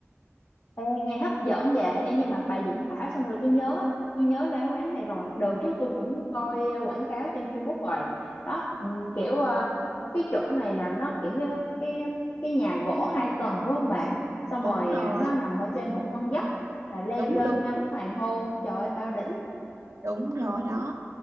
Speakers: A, on the left; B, on the right.
A: ê nghe hấp dẫn dạ ê nhưng mà bà diễn tả xong rồi tôi nhớ tôi nhớ ra quán này rồi đợt trước tôi cũng coi ờ, quảng cáo trên Facebook rồi đó ừm, kiểu ờ, cái chỗ này là nó kiểu cái cái cái nhà gỗ hai tầng đúng không bà xong
B: Đúng
A: rồi
B: rồi,
A: ờ, nó nằm ở trên một con dốc là leo
B: đúng
A: lên
B: đúng,
A: ngắm hoàng hôn trời ơi bao đỉnh
B: đúng rồi đó.